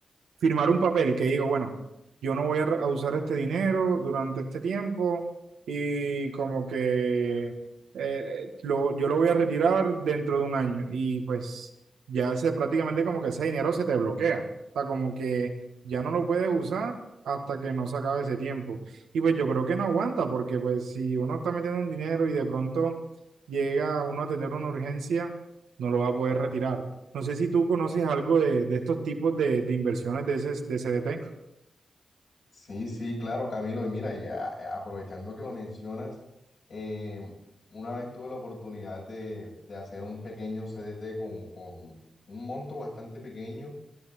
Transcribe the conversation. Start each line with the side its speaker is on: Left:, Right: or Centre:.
Right: firmar un papel que digo, bueno, yo no voy a, a usar este dinero durante este tiempo y como que eh, lo, yo lo voy a retirar dentro de un año y pues ya se prácticamente como que ese dinero se te bloquea, o sea, como que ya no lo puedes usar hasta que no se acabe ese tiempo. Y pues yo creo que no aguanta porque pues si uno está metiendo un dinero y de pronto llega uno a tener una urgencia, no lo va a poder retirar. No sé si tú conoces algo de, de estos tipos de, de inversiones de, ese, de CDT.
Left: Sí, sí, claro, Camilo. Y mira, y a- a- aprovechando que lo mencionas, eh, una vez tuve la oportunidad de, de hacer un pequeño CDT con, con un monto bastante pequeño,